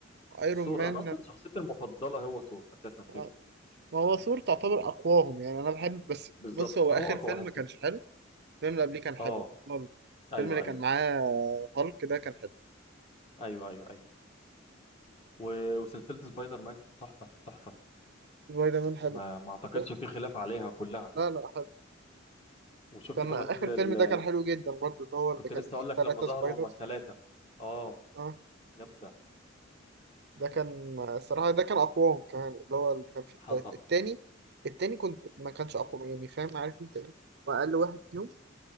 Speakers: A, on the right; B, on the left.
A: ايرون
B: ثور
A: مان
B: انا اصلا شخصيتي المفضله هو ثور اساسا
A: آه.
B: فيهم
A: ما هو ثور تعتبر اقواهم يعني انا بحب بس
B: بالظبط
A: بص هو
B: هو
A: اخر
B: اقوى
A: فيلم
B: واحد
A: ما
B: فيهم
A: كانش حلو الفيلم اللي قبليه كان حلو
B: اه
A: الفيلم
B: ايوه
A: اللي كان
B: ايوه
A: معاه هالك ده كان حلو
B: ايوه ايوه ايوه و- وسلسلة سبايدر مان تحفة تحفة
A: سبايدر مان حلو
B: ما, ما اعتقدش
A: بس-
B: في خلاف عليها كلها
A: لا لا حلو
B: وشفت
A: كان
B: كمان
A: اخر
B: ال...
A: فيلم ده
B: ال-
A: كان حلو جدا برضه اللي هو اللي
B: كنت
A: كان
B: لسه اقول
A: فيه التلاتة
B: لك لما ظهروا
A: سبايدرز
B: هما الثلاثة اه
A: اه
B: جامدة
A: ده كان الصراحة ده كان أقواهم كمان اللي هو اللي كان فيه
B: حصل
A: التالت التاني التاني كنت ما كانش أقوى يعني فاهم عارف أنت إيه وأقل واحد فيهم